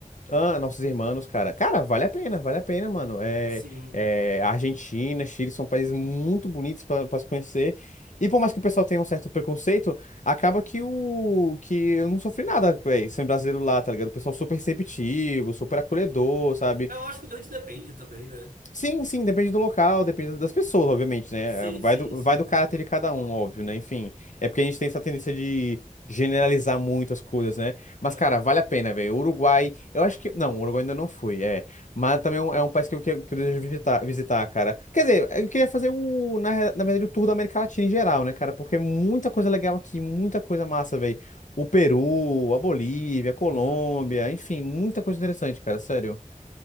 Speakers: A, on the left (about 65°); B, on the right (about 80°).
A: Ah, nossos irmãos, cara. Cara, vale a pena, vale a pena, mano. É,
B: Sim.
A: é, Argentina, Chile são países muito bonitos para se conhecer. E por mais que o pessoal tenha um certo preconceito, acaba que o que eu não sofri nada, velho, sendo brasileiro lá, tá ligado? O pessoal super receptivo, super acolhedor, sabe?
B: Eu acho que o grande depende também, né?
A: Sim, sim, depende do local, depende das pessoas, obviamente, né?
B: Sim,
A: eh, Vai
B: sim,
A: do,
B: sim.
A: vai do caráter de cada um, óbvio, né? Enfim, é porque a gente tem essa tendência de generalizar muito as coisas, né? Mas,
B: Aham,
A: cara, vale a pena, velho. Uruguai, eu acho que. Não, Uruguai ainda não fui, é. Mas também é um, é um país que eu, que eu que eu desejo visitar, visitar, cara. Quer dizer, eu queria fazer o, na, re- na verdade, o tour da América Latina em geral, né, cara? Porque é muita coisa legal aqui, muita coisa massa, velho. O Peru, a Bolívia, a Colômbia,
B: aham.
A: enfim, muita coisa interessante, cara, sério.